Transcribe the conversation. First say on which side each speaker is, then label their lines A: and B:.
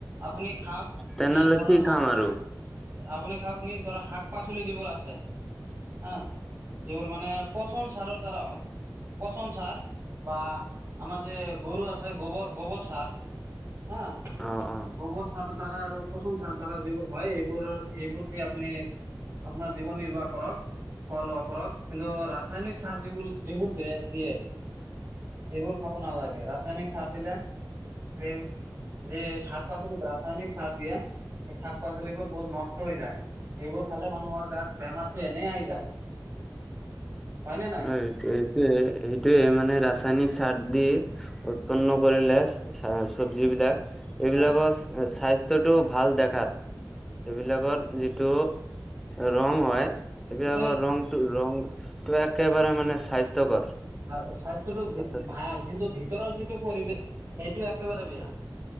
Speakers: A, on the right; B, in the centre.
A: আপুনি খাওক
B: তেনেহ'লে
A: নিজ ঘৰৰ
B: কি
A: শাক
B: খাম আৰু
A: আপুনি খাওক নিজ ঘৰ শাক পাচলি যিবোৰ আছে হা। যিবোৰ মানে পচন সাৰৰ দ্বাৰা হয়। পচন সাৰ বা আমাৰ যে গৰু আছে গোবৰ গোবৰ সাৰ হা।
B: অ অ।
A: গোবৰ সাৰ দ্বাৰা আৰু পচন সাৰ দ্বাৰা যিবোৰ হয় এইবোৰ এইবোৰ দি আপুনি আপোনাৰ জীৱন নিৰ্বাহ কৰক খোৱা লোৱা কৰক কিন্তু ৰাসায়নিক সাৰ যিবোল যিবোৰ দি দিয়ে এইবোৰ খাব নালাগে ৰাসায়নিক সাৰ দিলে সেই যে শাক পাচলি দ্বাৰা ৰাসায়নিক সাৰ দিয়ে হেই শাক পাচলিবোৰ বহুত নষ্ট হৈ যায়। এইবোৰ খালে মানুহৰ গাত বেমাৰতটো এনে আহি যায়। হয় নে নাই
B: অ এই এইটোয়ে সেইটোয়ে মানে ৰাসায়নিক সাৰ দি উৎপন্ন কৰিলে চা চবজি বিলাক এইবিলাকৰ
A: হয়
B: স্থা- টোতো ভাল দেখাত সেইবিলাকৰ যিটো ৰং হয়। এইবিলাকৰ
A: ভিতৰ
B: ৰংটো ৰংটোৱে একেবাৰে মানে স্বাস্থ্যকৰ
A: ভা স্বাস্থ্যটো ভিত
B: অৰ্থাৎ
A: ভাল কিন্তু ভিতৰৰ যিটো পৰিৱেশ সেইটো একেবাৰে বেয়া।